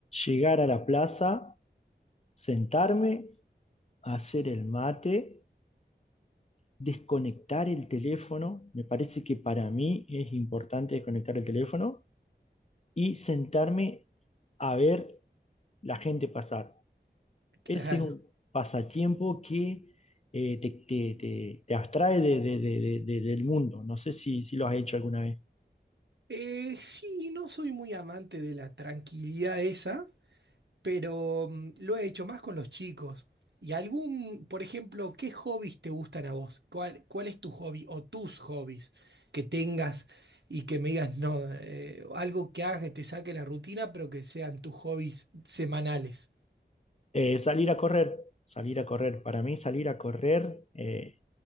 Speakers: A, on the left; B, on the right.
A: llegar a la plaza, sentarme, hacer el mate, desconectar el teléfono. Me parece que para mí es importante desconectar el teléfono y sentarme a ver la gente pasar.
B: Claro.
A: Ese es un pasatiempo que eh, te, te- te- te abstrae de- de- de- de- de- del mundo. No sé si, si lo has hecho alguna vez.
B: Eh, sí, no soy muy amante de la tranquilidad esa, pero mm, lo he hecho más con los chicos. ¿Y algún, por ejemplo, qué hobbies te gustan a vos? ¿Cuál, cuál es tu hobby o tus hobbies que tengas y que me digas, no, eh, algo que hagas que te saque la rutina, pero que sean tus hobbies semanales?
A: Eh, salir a correr, salir a correr. Para mí salir a correr. eh,